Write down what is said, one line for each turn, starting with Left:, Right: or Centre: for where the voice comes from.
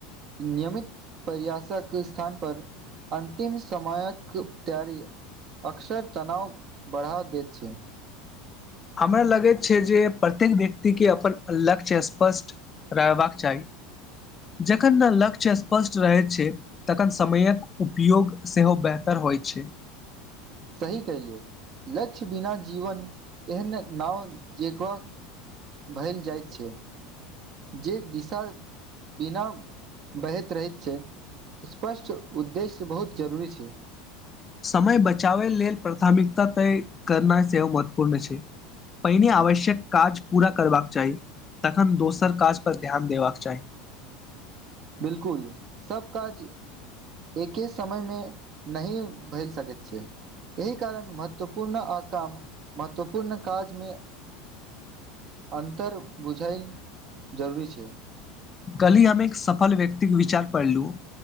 Right: नियमित प्रयासक स्थान पर अन्तिम समयक त्यारी अक्सर तनाव बढ़ा दैत छै,
Left: हमरा लगैत छे, जे प्रत्येक व्यक्ति के अपन लक्ष्य स्पष्ट रहबाक चाही जखन न लक्ष्य स्पष्ट रहैत छै। तखन समयक उपयोग सेहो बेहतर होय छै।
Right: सही कहिलिये लक्ष्य बिना जीवन एहन नाव जेक भैल जाइत छै। जे दिशा बिना बहैत रहैत छै। स्पष्ट उद्देश्य बहुत जरूरी छै,
Left: समय बचावै लेल प्राथमिकता तय करना सेहो महत्वपूर्ण छै। पहिने आवश्यक काज पूरा करबाक चाही तखन दोसर काज पर ध्यान देबाक चाही
Right: बिलकुल सब काज एके समयमे नहि भैर सकैत छै एहि कारण महत्वपूर्ण आ काम महत्वपूर्ण काजमे अंतर बुझायल जरूरी छै
Left: कल्हि हम एक सफल व्यक्ति के विचार पढ़लूँ